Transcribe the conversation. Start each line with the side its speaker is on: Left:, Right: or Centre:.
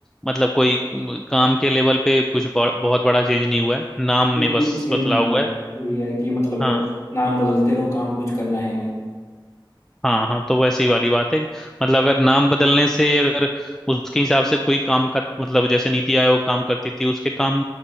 Centre: मतलब कोई म, काम के लेवल पे कुछ बड़- बहुत बड़ा चेंज नहीं हुआ है नाम
Left: कोई
Centre: में बस
Left: कुछ चेंज
Centre: बदलाव
Left: नहीं हुआ
Centre: हुआ
Left: है
Centre: है
Left: ये है कि मतलब
Centre: हाँ
Left: नाम बदलते रहो काम कुछ करना है नहीं
Centre: हाँ हाँ तो वैसी वाली बात है मतलब अगर नाम बदलने से अगर उसके हिसाब से कोई काम का मतलब जैसे नीति आयोग काम करती थी उसके काम